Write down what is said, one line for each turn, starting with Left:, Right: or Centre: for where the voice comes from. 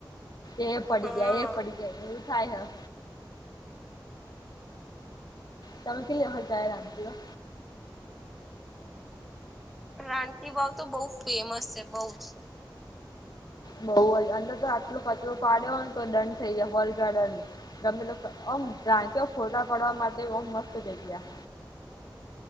Left: એ પડી
Centre: હા
Left: ગયા એ પડી ગયા એવું થાય હ. તમે કેટલી વખત જાય રાનકીવા?
Centre: રાણકી વાવ તો બઉુ ફેમસ છે બઉ જ
Left: બહ હોય અંદર તો આટલો કચરો પાડ્યો હોય ને તો દંડ થઈ જાય ફલગાર્ડંડ. તમે લોકો અહ રા્રાંચ ફોટા પાડવા માટે ઓમ મસ્ત જગ્યા.